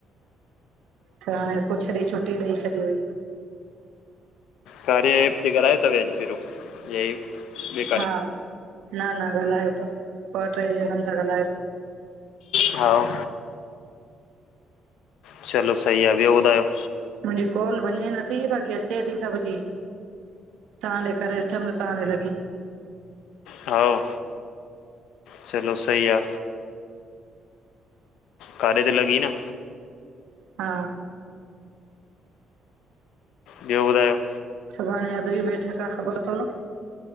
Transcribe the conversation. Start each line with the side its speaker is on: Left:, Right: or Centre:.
Right: त हाणे कुछ ॾींहुं छुटी ॾेई छॾी हुई।
Left: काॾे बी ॻालायो तव एॾो य ॿिए
Right: हा, न न ॻाल्हायो तस, ॿ ट्रै ॼणनि सां ॻाल्हायो
Left: हाउ चलो सही आ ॿियो ॿुधायो?
Right: मुंहिंजी कोल वञे नथी बाक़ी अचे थी सभ जी। तव्हां ॾे करे ॾिठम त तव्हां ॾे लॻी।
Left: हाउ चलो सही आ। काॾे त लॻी न?
Right: हा।
Left: ॿियो ॿुधायो?
Right: सुभाणे अदबी बैठक आ ख़बर तव न?